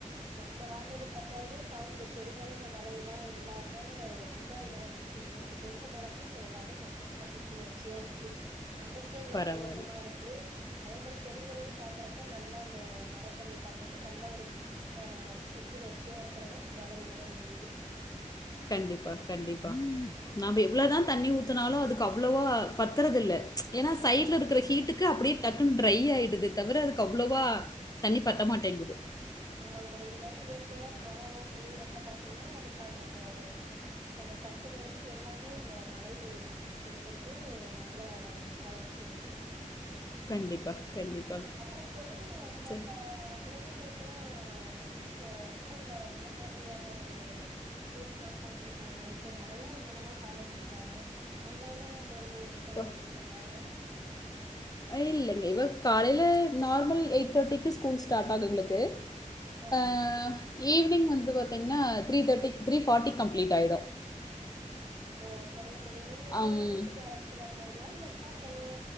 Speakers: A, on the right (about 35°); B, on the left (about 30°).
A: நம்ம வாடறது பத்தாதுன்னு பாவோ இந்த செடிகளு இந்த மழையெல்லா இல்லாம ரொம்ப இதா இருந்து ச்சு நேத்து பெஞ்ச மழைக்கு இப்ப எல்லாமே கொஞ்சோ நல்லா புத்துணர்ச்சியா இருக்கு நம்பளு க்கே இவ்ளோ
B: பரவால்ல.
A: சந்தோஷமா இருக்கு அதே மாரி செடிகளையும் பாக்கற அப்ப நல்லா அந்த மழ தண்ணி பட்டோனே நல்ல ஒரு ஆ புத்துணர்ச்சியா இருக்கிறத நம்ளால உணர முடியுது
B: கண்டிப்பா கண்டிப்பா நாம எவ்வளவுதா தண்ணி ஊத்துனாலு அதுக்கு அவ்வளவா பத்துறது இல்ல ஏன்னா சைடுல
A: ஆமாங்
B: இருக்கிற
A: தோழி
B: ஹீட் டுக்கு அதுக்கு அப்டியே டக்குன்னு ட்ரை ஆயிடுது தவிர அதுக்கு அவ்ளோவா தண்ணி பத்தமாட்டேங்குது
A: ஆமாங்க தோழி இது மாரி இயற்கையா அந்த மழ எல்லா பொழியறப்ப பாத்தீங்கன்னா அதுக்கான இந்த அந்த சத்துல இருந்து எல்லாமே இந்த மழை நீரு குடுத்துறது நல்ல வள வளர்ச்சி இருக்கு
B: கண்டிப்பா, கண்டிப்பா.
A: அப்புற தோழி உங்க
B: சரி
A: இப்ப குழந்தைங்களு கள ஸ் அ ஸ்கூல்ல எந்த மாரி ரியான ஒரு ரூல்ஸ்ல்லா போட்டுருக்காங்க இப்ப நெறைய என்னென்னமோ ஃபாலோ பண்றாங்க அங்க எதுவு கொழந்தைங்களுக்கு
B: இப்ப
A: ஏதவு இது பண்றாங்களா
B: இல்லங்க இவ காலையில்ல நார்மல் எயிட் தேர்ட்டிக்கு ஸ்கூல் ஸ்டார்ட் ஆகு இவளுக்கு
A: ஆ
B: அ ஈவினிங் வந்து பாத்தீங்கன்னா three thirty three forty complete ஆயிடு
A: ஓ சரிங்க தோழி நீங்க போய்
B: அம்
A: விட்டுட்டு அழச்சிட்டு வர மாதிரியா இல்ல ஸ் கூல்லயே